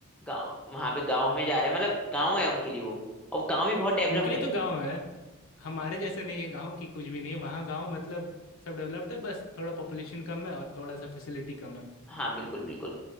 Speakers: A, in the centre; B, on the left.
A: गाँव वहां पे गाँव में जा रहा है मतलब गाँव है उनके लिए वो और गाँव भी बहुत डेवलप्ड
B: उनके लिए
A: है
B: तो गांव है हमारे जैसे नहीं है गांव की कुछ भी नहीं है वहाँ गांव मतलब सब डेवलप्ड है बस थोड़ा पॉपुलेशन कम है और थोड़ा सा फैसिलिटी कम है
A: हाँ बिल्कुल बिल्कुल